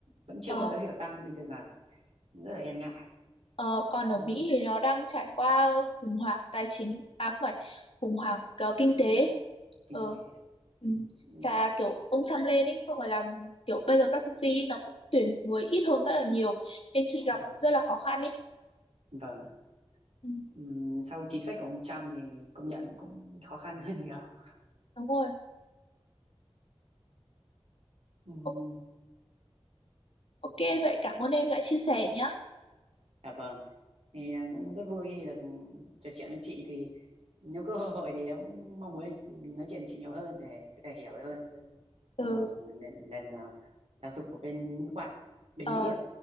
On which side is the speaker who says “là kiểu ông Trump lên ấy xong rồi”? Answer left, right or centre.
Left